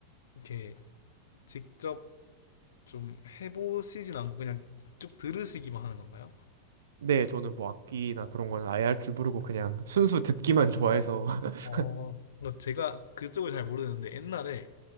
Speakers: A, on the left; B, on the right.
A: 이렇게 직접 좀 해보시진 않고 그냥 쭉 들으시기만 하는 건가요?
B: 네, 저는 뭐 악기나 그런 거는 아예 할 줄 모르고 그냥 순수 듣기만 좋아해서. <laughs>
A: 어, 뭐 제가 그쪽을 잘 모르는데 옛날에